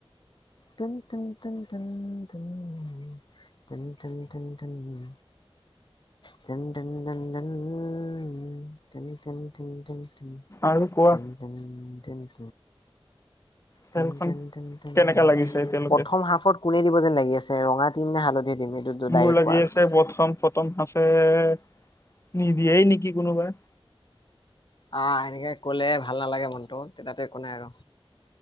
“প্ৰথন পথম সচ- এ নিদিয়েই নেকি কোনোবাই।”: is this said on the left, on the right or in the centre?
Left